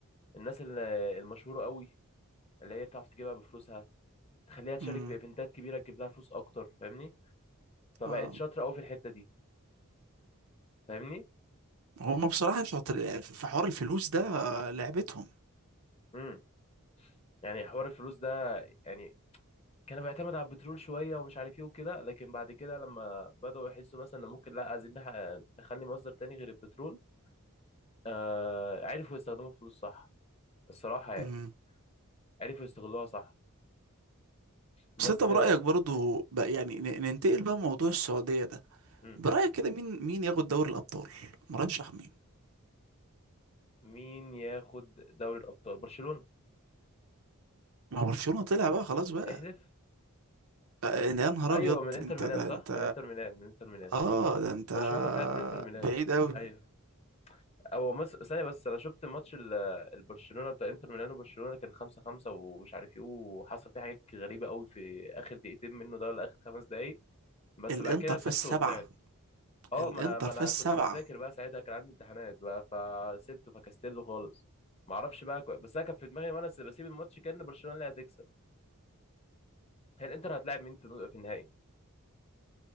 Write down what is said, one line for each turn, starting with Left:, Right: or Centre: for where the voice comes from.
Left: الناس ال- المشهورة قوي اللي هي بتعرف تجيبها بفلوسها تخليها تشارك
Right: امم
Left: بايفنتات كبيرة تجيب لها فلوس اكتر فاهمني فبقت
Right: اه
Left: شاطرة قوي في الحتة دي فاهمني
Right: هما بصراحة شاطر في حوار الفلوس ده آه، لعبتهم
Left: امم يعني حوار الفلوس ده يعني كان بيعتمد على البترول شويه ومش عارف ايه وكده لكن بعد كده لما بداوا يحسوا مثلا ان ممكن لا عايزين نح- نخلي مصدر تاني غير البترول آه عرفوا يستخدموا الفلوس صح الصراحه يعني
Right: امم
Left: عرفوا يستغلوها صح بس
Right: بس انت برأيك برضه بقى يعني ن- ننتقل بقى موضوع السعودية ده
Left: مم.
Right: برأيك كده مين مين ياخد دوري الأبطال مرشح مين
Left: مين ياخد دوري الابطال برشلونه
Right: ما هو برشلونة طلع بقى خلاص بقى
Left: احلف
Right: آه، يا نهار
Left: ايوه
Right: ابيض
Left: من انتر
Right: انت
Left: ميلان
Right: ده
Left: صح
Right: انت
Left: من انتر ميلان من انتر ميلان
Right: اه ده انت
Left: برشلونه كانت طلعت من انتر ميلان
Right: بعيد قوي
Left: ايوه هو مس... ثانية بس أنا شفت ماتش ال- البرشلونة بتاع إنتر ميلانو برشلونة كان خمسة خمسة ومش عارف إيه وحصل فيه حاجات غريبة قوي في آخر دقيقتين منه ده ولا آخر خمس دقايق بس
Right: الانتر
Left: بعد كده سبته
Right: فاز سبعة
Left: وطلعت أه
Right: الانتر
Left: ما أنا ما
Right: فاز
Left: أنا
Right: سبعة
Left: كنت بذاكر بقى ساعتها كان عندي امتحانات بقى فسبته فكستله خالص معرفش بقى كو... بس أنا كان في دماغي وأنا س- بسيب الماتش كأن برشلونة اللي هتكسب هي الإنتر هتلاعب مين في في النهائي؟